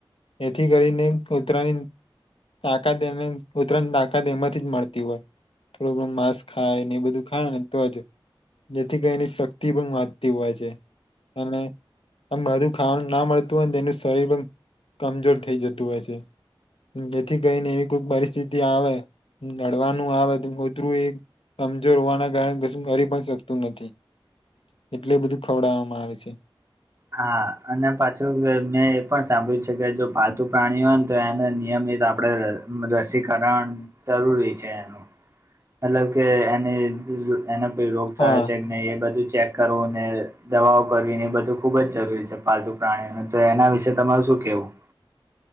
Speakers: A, on the left; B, on the right.
A: એથી કરીને પૂત્રની <unintelligible> તાકાત એને <unintelligible> પૂત્રની તાકાત એમાંથી મળતી <unintelligible> હો થોડું ઘણું માંસ ખાય ને એ બધું ખાય ને તો જ જેથી કે એની શક્તિ પણ વાંચતી હોય છે અને આમ બધું ખાવાનું ના મળતું હોય તેનું શરીર પણ કમજોર થઈ જતું હોય છે એથી કઈને એવી કોઈ પરિસ્થિતિ આવે લડવાનું આ કતરું એ કમજોર હોવાના કારણે કશું કરી પણ શકતું નથી <inaudible> એટલે બધું ખવડવામાં આવે છે
B: હા અને પાછું મેં એ પણ સાંભળ્યું છે કે જો પાલતુ પ્રાણીઓ હોય ને તો એને આપડે રસીકરણ જરૂરી છે એનું મતલબ કે એને એનો કોઈ રોગ થયો
A: હા
B: છે કે નહી એ બધું ચેક કરવું ને દવાઓ કરવી ને એ બધું ખુબ જ જરૂરી છે પાલતુ પ્રાણીઓનું તો એના વિશે સુ કેવું <unintelligible>